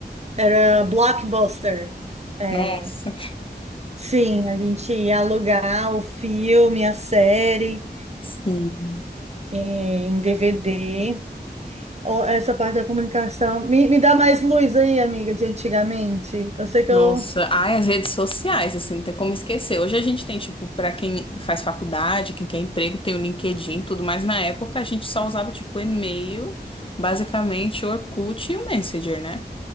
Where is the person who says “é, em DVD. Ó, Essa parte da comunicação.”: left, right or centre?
Right